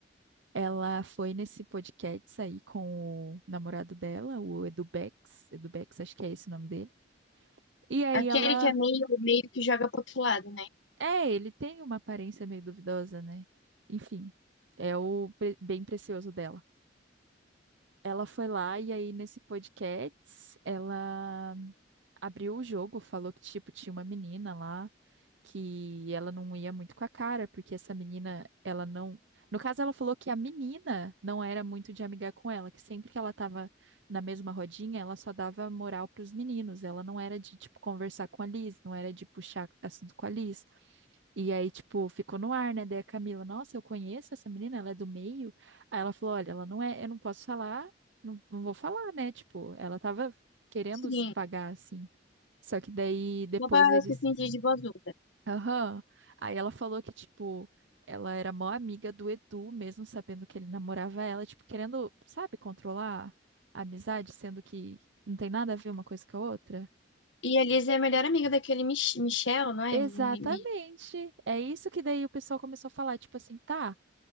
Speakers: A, on the right (about 75°); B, on the left (about 80°).
A: Ela foi nesse podcast aí com o namorado dela, o Edu Bex, Edu Bex, acho que é esse o nome dele. E aí
B: Aquele
A: ela,
B: que é meio, meio que joga pro outro lado, né?
A: é, ele tem uma aparência meio duvidosa, né? Enfim, é o pre- bem precioso dela. Ela foi lá e aí nesse podcast ela abriu o jogo, falou que tipo tinha uma menina lá que ela não ia muito com a cara, porque essa menina, ela não. No caso, ela falou que a menina não era muito de amigar com ela, que sempre que ela tava na mesma rodinha, ela só dava moral pros meninos. Ela não era de, tipo, conversar com a Liz, não era de puxar assunto com a Liz. E aí, tipo, ficou no ar, né? Daí a Camila, nossa, eu conheço essa menina, ela é do meio. Aí ela falou: olha, ela não é, eu não posso falar, não, não vou falar, né? Tipo, ela tava querendo
B: Sim,
A: se pagar assim. Só que daí depois
B: só pra
A: eles
B: se fingir de boazuda.
A: Aham. Aí ela falou que, tipo, ela era mó amiga do Edu, mesmo sabendo que ele namorava ela, tipo, querendo, sabe, controlar a amizade, sendo que não tem nada a ver uma coisa com a outra.
B: E a Liz é a melhor amiga daquele Mich Michel, não é?
A: Exatamente.
B: Mi- Mi-
A: É isso que daí o pessoal começou a falar, tipo assim, tá,